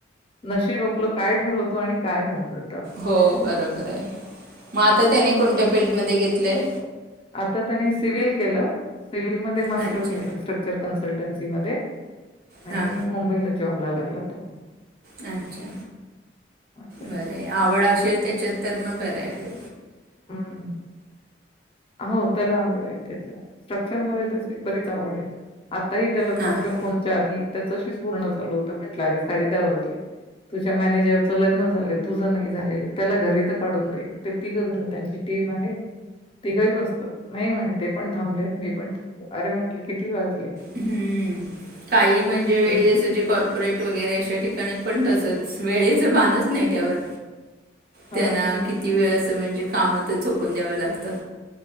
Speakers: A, on the left (about 30°); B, on the right (about 55°).
A: नशीब आपलं काय ठरवतो आणि काय होऊन जा
B: हो बरोबर आहे, मग आता त्याने कोणत्या फील्ड मध्ये घेतलंय?
A: आता त्याने सिव्हल केलं, सिव्हलमध्ये मास्टर
B: अच्छा
A: केलं स्ट्रक्चर कन्स लटंसी मध्ये आणि
B: हां
A: मुंबईला जॉबला लागला तो.
B: अच्छा,
A: असं आहे.
B: बरंय आवड असेल त्याच्यात तर मग बरंय हे.
A: हम्म, हो त्याला आवड आहे. त्याच्या स्ट्रक्चर मध्ये त्याची बरीच आवड आहे, आता ही त्याला
B: हां
A: तुमच्या
B: हां.
A: फोनच्या आधी त्याच्याशीच बोलणं चालू होतं, म्हटलं अरे साडे दहा वाजले, तुझ्या मॅनेजरचं लग्न झालेत. तुझं नाही झालेलं, त्याला घरी तर काढून दे, ते तिघं जण आहेत त्यांची टीम आहे तिघंही ब सतात, नाही म्हणे ते पण थांबलेत मी पण थांबलो, अरे म्हटले किती वाज
B: हम्म, काही म्हणजे वेळी
A: शेवटी?"
B: असं जे कॉर्पोरेट वगैरे अश्या ठिकाणी पण तसंच, वेळेचं भानच नाही ठेवत,
A: "हो
B: त्यांना
A: ना."
B: किती वेळे म्हणजे कामातच‌ झोकून द्यावं लागतं.